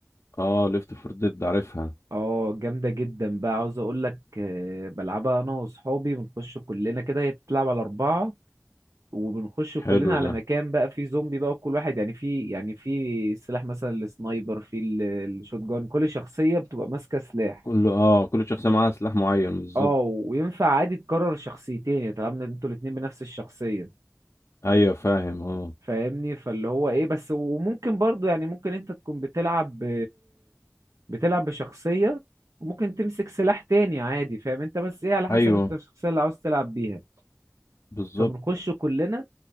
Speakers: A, on the left; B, on the right.
A: اه ليفت فور ديد عارفها
B: اه جامده جدا بقى عاوز اقول لك آه، بلعبها انا واصحابي بنخش كلنا كده هي بتلعب على اربعه وبنخش كلنا
A: حلو
B: على
A: ده
B: مكان بقى فيه زومبي بقى وكل واحد يعني في يعني في سلاح مثلا السنايبر في الشوت جان كل شخصيه بتبقى ماسكه سلاح
A: كل اه كل شخصيه معاها سلاح معين بالظبط
B: اه وينفع عادي تكرر شخصيتين يعني طالما إن انتوا الاتنين بنفس الشخصية
A: ايوه فاهم اه
B: فاهمني فاللي هو ايه بس وممكن برضو يعني ممكن انت تكون بتلعب ب... بتلعب بشخصية وممكن تمسك سلاح تاني عادي فاهم انت بس ايه على حسب
A: ايوه
B: انت الشخصية اللي عاوز تلعب بيها
A: بالظبط
B: فبنخش كلنا